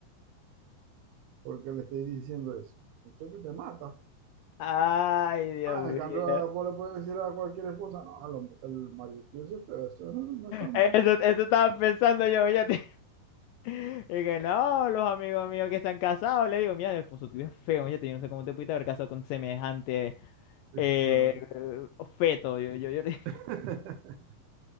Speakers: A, on the right; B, on the left.
A: porque le estoy diciendo eso. Muchacho, te mata.
B: Ay, Dios
A: Ah,
B: mío.
A: en cambio, ah, vos le puedes decir a cualquier esposa, no, al hombre, el marido, yo sé, pero eso no, no es tan...
B: Eso, eso estaba pensando yo, oye. <laughs> Y que no, los amigos míos que se han casado, le digo, mira, el esposo tuyo es feo, oye, yo no sé cómo te pudiste haber casado con semejante
A: Sí,
B: eh,
A: claro.
B: feto. Yo, yo, yo... <laughs>
A: <laughs>